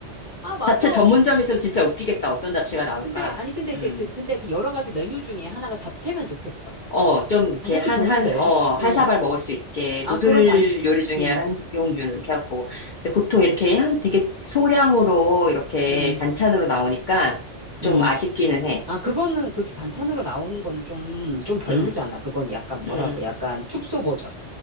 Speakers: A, on the right (about 30°); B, on the left (about 55°).
A: 아, 맞아.
B: 잡채 전문점 있으면 진짜 웃기겠다. 어떤 잡채가 나올까?
A: 아, 근데, 아니, 근데
B: 응.
A: 이제, 그, 근데 그 여러 가지 메뉴 중에 하나가 잡채면 좋겠어.
B: 어, 좀 이렇게
A: 어, 잡채
B: 한,
A: 좋은데.
B: 한, 어, 한
A: 응.
B: 사발 먹을 수 있게
A: 아,
B: 누들
A: 그런 반,
B: 요리 중에
A: 응,
B: 한 종류를 이렇게 하고. 근데 보통 이렇게 한 되게 소량으로 이렇게
A: 응,
B: 반찬으로 나오니까 좀
A: 응.
B: 아쉽기는 해.
A: 아, 그거는 그렇게 반찬으로 나오는 거는 좀, 좀 별로잖아.
B: 응,
A: 그거는 약간 뭐라고,
B: 응,
A: 약간 축소 버전.